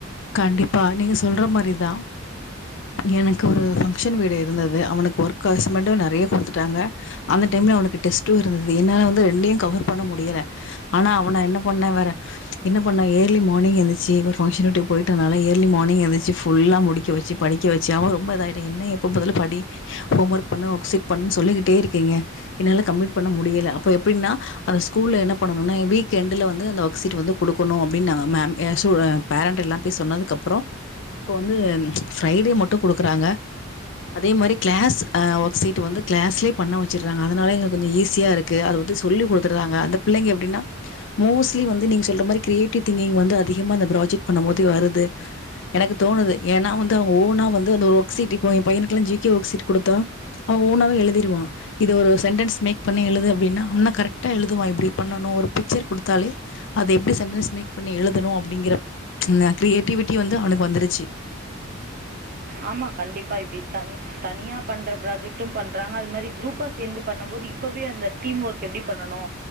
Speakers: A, on the left; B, on the right.
A: கண்டிப்பா நீங்க சொல்ற மாரிதா எனக்கு ஒரு ஃபங்கஷன் வீடு இருந்தது அவனுக்கு ஒர்கு அசைமெண்டு நறைய குடுத்துட்டாங்க அந்த டைம்ல அவனுக்கு டெஸ்டூ இருந்தது என்னால வந்து ரெண்டையு கவர் பண்ண முடியல ஆனா அவன என்ன பண்ண வேற என்ன என்ன பண்ண ஏர்லி மானிங் எந்திருச்சி ஒரு ஃபங்கஷன் வீட்டுக்கு போயிட்டதுனால ஏர்லி மார்னிங் எந்துச்சி ஃபுல்லா முடிக்க வச்சி படிக்க வச்சி அவன் ரொம்ப இதாயிட்டா என்ன எப்ப பாத்தாலு படி ஹோம் ஒர்க் பண்ணு ஒர்க்சீட் பண்ணுனு சொல்லிக்கிட்டே இருக்கீங்க என்னால கம்ப்ளீட் பண்ண முடியல அப்ப எப்டின்னா அத கூல்ல என்ன பண்ணணுன்னா வீக்யெண்டுல வந்து அந்த ஒர்க்ஷீட் வந்து குடுக்கணூ அப்டின் நாங்க மேம் ய ஸுபேரண்ட் எல்லாம் போய் சொன்னதுக்கப்புறோ இப்போ வந்து ஃப்ரைடே மட்டு குடுக்குறாங்க அதே மாரி க்ளாஸ் ஒர்க் சீட் வந்து கிளாஸ்லயே பண்ண வச்சிராங்க அதனால எங்களுக்கு கொஞ்சோ ஈஸியா இருக்கு அது வந்து சொல்லிக் கொடுத்துர்றாங்க அந்த பிள்ளைங்க எப்டின்னா மோஸ்ட்லி வந்து நீங்க சொல்ற மாரி கிரியேட்டிவ் திங்கிங் வந்து அதிகமான அந்த ப்ராஜெக்ட் பண்ணம் போது வருது எனக்கு தோணுது ஏன்னா வந்து அவ ஓணா வந்து ஒர்க்ஸீட் இப்போ என் பையனுக்கெல்லா ஜி கே ஒர்க்ஸீட் குடுத்தா அவ ஓனாவே எழுதிருவா இது ஒரு சென்டெண்ஸ் மேக் பண்ணி எழுது அப்டினா அவனா கரெக்டா எழுதுவான் இப்டி பண்ணணு ஒரு பிச்சர் குடுத்தாலே அத எப்டி சென்டன்ஸ் மேக் பண்ணி எழுதணூ அப்டிங்கிற ன கிரியேட்டிவிட்டி வந்து அவனுக்கு வந்துருச்சி
B: ஆமா கண்டிப்பா இப்டி த தனியா பண்ற ப்ராஜெக்ட்டும் பண்றாங்க அது மாரி குரூப்பா சேந்து பண்ணம் போது இப்பவே அந்த டீம் ஓர்க் எப்டி பண்ணனு